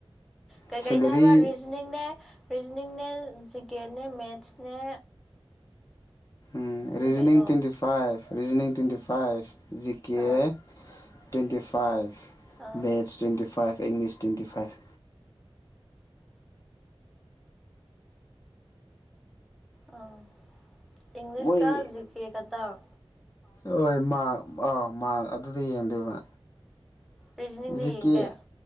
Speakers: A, in the centre; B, on the left (about 35°).
A: ꯀꯩꯀꯩꯅꯦ
B: ꯁꯦꯂꯔꯤ
A: ꯍꯥꯏꯕ ꯔꯤꯖꯅꯤꯡꯅꯦ ꯔꯤꯖꯅꯤꯡꯅꯦ ꯖꯤꯀꯦꯅꯦ ꯃꯦꯠꯁꯅꯦ
B: ꯎꯝ
A: ꯀꯩ
B: ꯔꯤꯖꯅꯤꯡ
A: ꯀꯩꯅꯣ
B: twenty five reasoning twenty five G K
A: ꯑꯥ
B: ꯇ꯭ꯋꯦꯟꯇꯤ ꯐꯥꯏꯚ
A: ꯑꯥ
B: maths twenty five English twenty five
A: ꯑꯧ ꯏꯪꯂꯤꯁ
B: ꯃꯣꯏ
A: ꯀ ꯖꯤ ꯀꯦ ꯈꯥꯇꯪ
B: ꯍꯣꯏ ꯃꯥ ꯑꯥꯎ ꯃꯥ ꯑꯗꯨꯗ ꯌꯦꯡꯗꯣꯏꯕ
A: ꯔꯤꯖꯅꯤꯡꯗꯤ
B: ꯖꯤ
A: ꯌꯦꯡꯗꯦ
B: ꯀꯦ